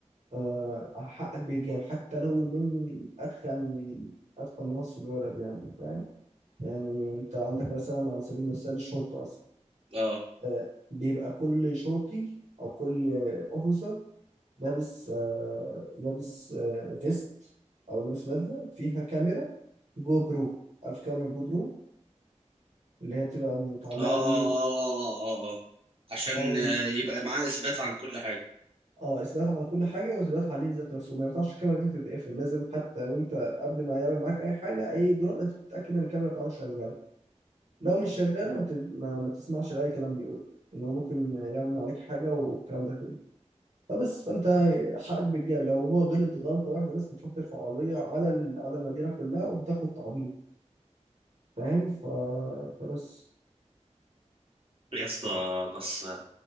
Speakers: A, on the right; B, on the right.
A: آه، حقك بيتجاب حتى لو من أتخن أتخن ناس في البلد يعني فاهم يعني أنت عندك مثلا على سبيل المثال الشرطة مثلا
B: اه
A: آه، بيبقى كل شرطي أو كل أوفيسر لابس آه، لابس آه، فيست أو لابس بدلة فيها كاميرا جو برو عارف كاميرا جو برو اللي هي بتبقى متعلقة
B: اه اه
A: دي
B: اه اه, آه. عشان
A: اه
B: آه،
A: دي
B: يبقى معاه اثبات عن كل حاجه
A: اه اثبات على كل حاجه واثبات عليه ذات نفسه ما ينفعش الكاميرا دي تتقفل لازم حتى وانت قبل ما يعمل معاك اي حاجه اي اجراء لازم تتاكد ان الكاميرا بتاعته شغاله لو مش شغاله ما, ت... ما... ما تسمعش لاي كلام بيقول ان هو ممكن يعمل عليك حاجه والكلام ده كله فبس فانت حقك بيتجاب لو هو غلط غلطه واحده بس بتروح ترفع قضيه على ال... على المدينه كلها وبتاخد تعويض فاهم ف... فبس
B: يا اسطى بس آه،